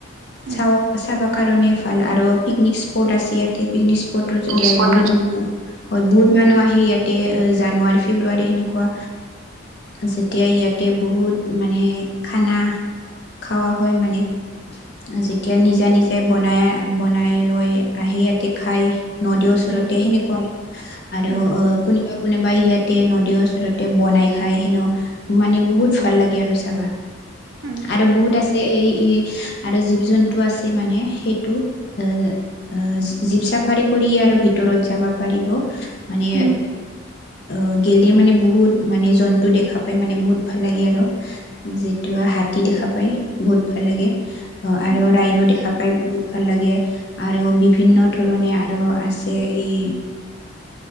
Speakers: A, on the right (about 85°); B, on the left (about 55°).
A: উম
B: চাও চাবা কাৰণে ভাল আৰু পিকনিক স্পট আছে ইয়াতে পিকনিক স্পট স্পটত
A: নিস্পত
B: যায় বহুত মানুহ বহুত মানুহ আহি ইয়াত তে জানুৱাৰী ফেব্ৰুৱাৰী সেনেকোৱা যেতিয়া ইয়াতে বহুত মানে খানা খোৱা হয় মানে যেতিয়া নিজা নিজে বনাই বনাই লৈ আহি ইয়াতে খায় নদীৰ ওচৰতে
A: উম,
B: সেনেকোৱা আৰু আৰু
A: উম,
B: অ কোনোবা কোনোবাই সেইয়াতে নদীৰ ওচৰতে বনাই খাই হেনো মানে বহুত ভাল লাগে আৰু যাবা
A: উম,
B: আৰু বহুত আছে এই আৰু জীৱ জন্তু আছে মানে সেইটো এ অ জীপ চাফাৰী কৰি আৰু ভিতৰত যাব পাৰিব মানে
A: উম,
B: অ গলে মানে বহুত মানে জন্তু দেখা পাই মানে বহুত ভাল লাগে আৰু যিটো হা হাতী দেখা পায় বহুত ভাল লাগে আৰু
A: উম,
B: ৰাইন দেখা পাই বহুত ভাল লাগে আৰু বিভিন্ন
A: উম,
B: ধৰণে আৰু আছে এই